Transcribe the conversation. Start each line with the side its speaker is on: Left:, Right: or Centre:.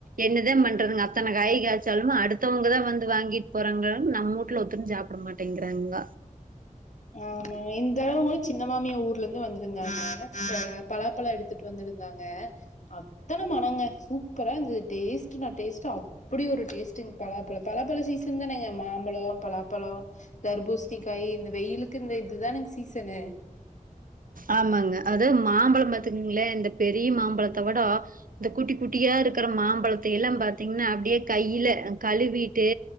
Right: என்னதா பண்றதுங்க அத்தன காய் காய்ச்சாலும அடுத்தவங்கதா வந்து வாங்கிட்டு போறாங்க நம்ம வீட்டுல ஒத்தரு சாப்பிட மாட்டேங்கிறாங்க
Left: ஆமாங்க இந்த அளவு கூட சின்ன மாமியா ஊர்ல இருந்து வந்திருந்தாங்க பலாப்பழ எடுத்துட்டு வந்திருந்தாங்க அத்தன மனங்க சூப்பரா இருந்துது டேஸ்ட்ட் நா டேஸ்ட் அப்படி ஒரு டேஸ்ட்டு பலாப்பழம் பலாப்பழ சீசன் தானேங்க மாம்பழம் பலாப்பழ தர்பூசணிக்காய் இந்த வெயிலுக்கு இந்த இதுதானுங்க சீசனு
Right: ஆமாங்க அதது மாம்பழம் பாத்தீங்கங்களன் இந்த பெரிய மாம்பழத்தை விட இந்த குட்டி குட்டியா இருக்கிற மாம்பழத்தை எல்லாம் பாத்தீங்கன்னா அப்படியே கையில கழுவிட்டு